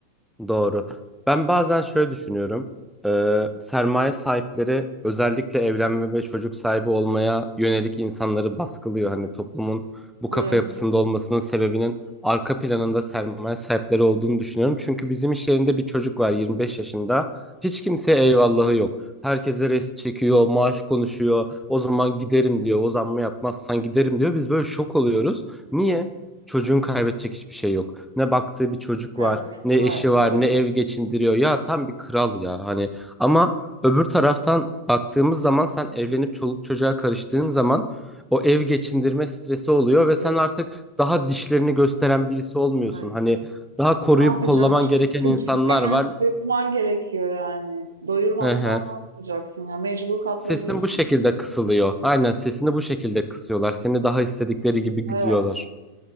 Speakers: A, in the centre; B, on the right (about 70°).
A: Doğru. Ben bazen şöyle düşünüyorum. Ee, sermaye sahipleri özellikle evlenme ve çocuk sahibi olmaya yönelik insanları baskılıyor. Hani toplumun bu
B: Evet,
A: kafa yapısında olmasının sebebinin arka planında sermaye sahipleri olduğunu düşünüyorum. Çünkü bizim iş yerinde bir çocuk var 25 yaşında. Hiç kimseye eyvallahı yok. Herkese rest çekiyor, maaş konuşuyor. O zaman giderim diyor. O zammı yapmazsan giderim diyor. Biz böyle şok oluyoruz. Niye? Çocuğun kaybedecek hiçbir şey yok. Ne baktığı bir çocuk
B: evet,
A: var, ne
B: var
A: eşi var,
B: tabii.
A: ne ev geçindiriyor. Ya tam bir kral ya hani. Ama
B: Evet,
A: öbür taraftan baktığımız zaman sen evlenip çoluk çocuğa karıştığın zaman o ev geçindirme stresi oluyor
B: tabii.
A: ve sen artık daha dişlerini gösteren birisi olmuyorsun.
B: Evet.
A: Hani daha koruyup
B: Ne yapacağım?
A: kollaman gereken
B: Çocuğun
A: insanlar
B: karnını
A: var.
B: doyurman gerekiyor yani. Doyurmazsan
A: Hı
B: ne yapacaksın ya? Mecbur katlanıyorsun.
A: Sesin bu şekilde kısılıyor. Aynen sesini bu şekilde kısıyorlar. Seni daha istedikleri gibi güdüyorlar.
B: Evet.